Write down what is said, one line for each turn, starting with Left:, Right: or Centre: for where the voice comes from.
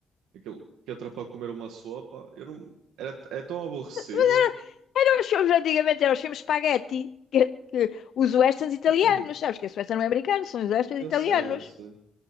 Right: aquele, que entra para comer uma sopa. Eu não... Era, é tão aborrecido.
Left: Mas era, eram os filmes antigamente, eram os filmes spaghetti, que, que- os westerns italianos,
Right: <clears throat>
Left: sabes que esse western não é americano, são os westerns
Right: Eu
Left: italianos.
Right: sei, eu sei.